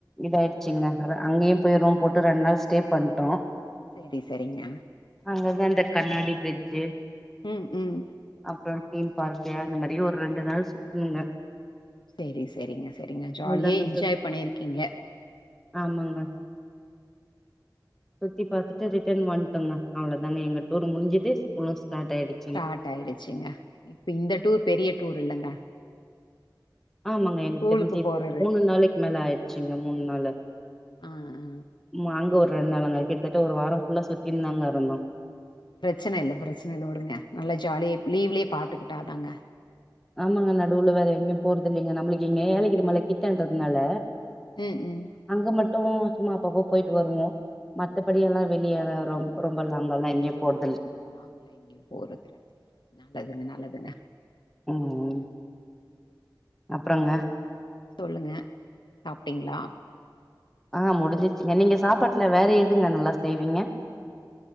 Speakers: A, in the centre; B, on the left.
A: இதாயிடுச்சுங்க அங்கயும் போய் ரூம் போட்டு ரெண்டு நாள் ஸ்டே பண்ட்டோம்
B: செரி செரிங்க
A: அங்கதான் இந்த கண்ணாடி பிரிட்ஜு
B: ம் ம்
A: அப்புறம் தீம் பார்க்கு அந்த மாதிரி ஒரு ரெண்டு நாள் சுத்தணுங்க
B: செரி செரிங்க செரிங்க ஜாலியா
A: அவ்ளோதாங்க
B: என்ஜாய்
A: சுத்
B: பண்ணியிருக்கீங்க
A: ஆமாங்க சுத்தி பாத்துட்டு ரிட்டன் வந்துட்டோங்க அவ்ளோதங்க எங்க டூர் முஞ்சுது ஸ்கூலும் ஸ்டார்ட் ஆயிடுச்சு
B: ஸ்டார்ட் ஆயிடுச்சுங்க இப்ப இந்த டூர் பெரிய டூர் இல்லங்க
A: ஆமாங்க எனக்கு
B: ஸ்கூலுக்கு
A: தெரிஞ்சு
B: போறது
A: ஒரு மூணு நாளைக்கு மேல ஆயிடுச்சுங்க மூணு நாளு
B: ஆ ஆ
A: மாங்க ஒரு ரெண்டு நாள்ங்கா கிட்டத்தட்ட ஒரு வாரம் ஃபுல்லா சுத்தினுதாங்க இருந்தோம்
B: பிரச்சன இல்ல பிரச்சன இல்ல உடுங்க நல்லா ஜாலியா லீவ்லயே பாத்துக்கிட்டாதாங்க
A: ஆமாங்க நடுவுல வேற எங்கயும் போறது இல்லைங்க நம்மளுக்கு இங்க ஏலகிரி மலை கிட்டன்றதுனால
B: ம் ம்
A: அங்க மட்டும் சும்மா அப்ப அப்ப போயிட்டு வருவோம் மத்தப்படியெல்லா வெளிய லா ரொம்ப லாங்கால்லா எங்கயு போறதுல்ல
B: லாங்கலா எங்கயு போறதுல நல்லதுங்க நல்லதுங்க
A: ம் ம் அப்றங்க
B: சொல்லுங்க சாப்ட்டீங்ளா
A: ஆ முடிஞ்சிச்சிங்க நீங்க சாப்பாட்ல வேற எதுங்க நல்லா செய்வீங்க